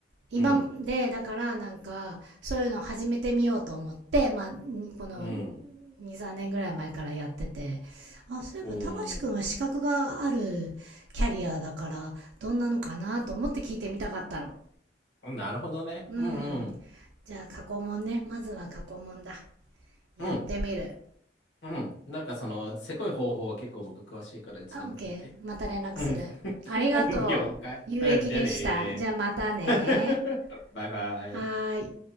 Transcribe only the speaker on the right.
今で、
だからなんか、そういうの始めてみようと思って、まあ、この、
2、3年ぐらい前からやってて、あ、そういえば、
たかしくんは資格があるキャリアだから、
どんなのかなと思って聞いてみたかったの。
うん。
じゃあ、過去問ね。まずは過去問だ。やってみる。
あ、OK。また連絡する。
ありがとう。
有益でした。
じゃあまたね。
はーい。